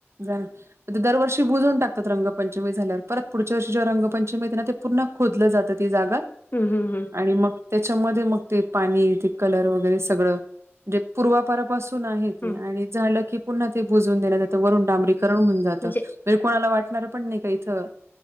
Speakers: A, on the right; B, on the left.
A: ते दरवर्षी बुजून टाकात रंगपंचमी झाल्यावर परत पुढच्या वर्षी जेव्हा रंगपंचमी येते ना ते पूर्ण खोदलं जातं ती जागा.
B: हम्म हम्म हम्म.
A: आणि मग त्याच्यामध्ये मग ते पाणी ते कलर वगैरे सगळं म्हणजे पूर्वा परा पासून आहे ते
B: हम्म
A: आणि झालं की पुन्हा ते बुजून दिलं जात वरून डांबरीकरण होऊन जातं.
B: म्हणजे
A: म्ह कोणाला वाटणार पण नाही का इथं